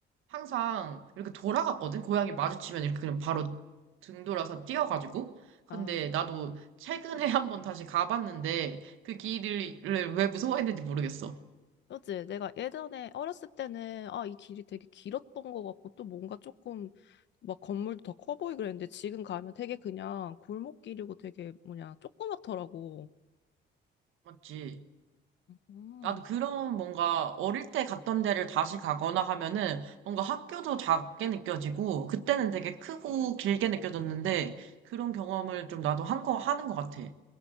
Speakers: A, on the right; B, on the left.
A: 항상 이렇게 돌아갔거든. 고양이 마주치면 이렇게 그냥 바로 등 돌아서 뛰어가지고. 근데
B: 아,
A: 나도 최근에 <laughs> 한번 다시 가봤는데 그 길을 왜 무서워했는지 모르겠어.
B: 그렇지. 내가 예전에 어렸을 때는, 아, 이 길이 되게 길었던 것 같고, 또 뭔가 조금 막 건물도 더 커 보이고 그랬는데, 지금 가면 되게 그냥 골목길이고 되게 뭐냐, 조그맣더라고.
A: 맞지?
B: 음.
A: 나도 그런 뭔가 어릴 때 갔던 데를 다시 가거나 하면은 뭔가 학교도 작게 느껴지고 그때는 되게 크고 길게 느껴졌는데 그런 경험을 좀 나도 한 거, 하는 것 같아.